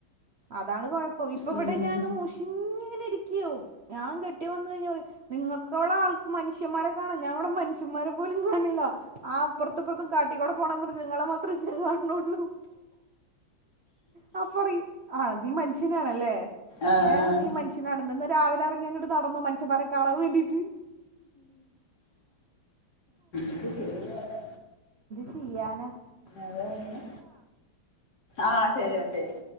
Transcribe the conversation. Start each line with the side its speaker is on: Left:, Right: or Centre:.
Right: അതാണ് കൊഴപ്പം ഇപ്പ
Left: ഉം
Right: ഇവിടെ ഞാനും മുഷിഞ്ഞിങ്ങനെ ഇരി ക്കൂ ഞാൻ കെട്ടിയോ വന്നു കഴിഞ്ഞ പറ നിങ്ങൾക്കിവിടെ ആ മ മനഷ്യന്മാരെ കാണാം ഞാൻ ഇവിടെ മനുഷ്യമാരെ പോലും കാണില്ലോ ആ അപ്പുറത്തുംപ്പറത്തും കാട്ടിക്കൂടെ പോണ മൃഗങ്ങളെ മാത്രേ ഞാൻ കാണന്നുള്ളു ആ പറയും നീ മനുഷ്യനാണല്ലേ
Left: ആഹ്
Right: ഏ നീ മനുഷ്യനാണെന്ന് ഇന്ന് രാവിലെ ഇറങ്ങ അങ്ങട്ട് നടന്നോ മനുഷ്യന്മാരെ കണാൻ വേണ്ടിട്ട്
Left: ഇത് ചെയ്താലോ
Right: ചെയ്യാന
Left: അതന്നെ ആഹ് ശരി എന്ന ശരി